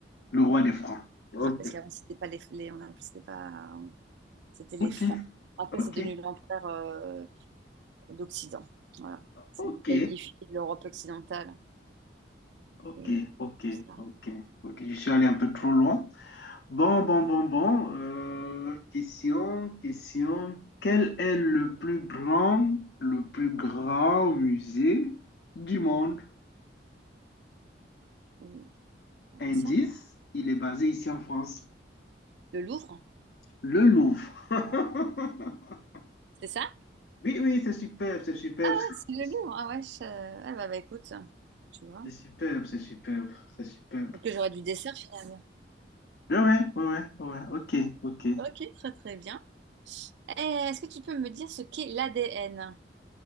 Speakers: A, on the left; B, on the right.
A: Le roi des Francs. Ok,
B: Ouais, parce qu'avant, c'était pas les, les- on appelait- c'était pas, c'était les
A: ok,
B: Francs. Après,
A: ok,
B: c'est devenu l'empereur euh, d'Occident. Voilà. C'est
A: ok,
B: lui qui a unifié l'Europe occidentale.
A: ok,
B: Et
A: ok,
B: ça,
A: ok, ok. Je suis allé un peu trop loin. Bon, bon, bon, bon. Euh, question, question. Quel est le plus grand, le plus grand musée du monde?
B: ou-
A: Indice,
B: ça,
A: il est basé ici en France,
B: le Louvre,
A: le Louvre. <laughs>
B: c'est ça?
A: Oui, oui, c'est superbe, c'est superbe,
B: Ouais, c'est le
A: c'est
B: Louvre. Ah ouais, je- ah bah, bah, écoute, tu vois.
A: c'est superbe, c'est superbe, c'est superbe.
B: Peut-être que j'aurais du dessert finalement.
A: Ouais, ouais, ouais, ouais, ouais, ok, ok.
B: Ok, très très bien. Eh, Est-ce que tu peux me dire ce qu'est l'ADN?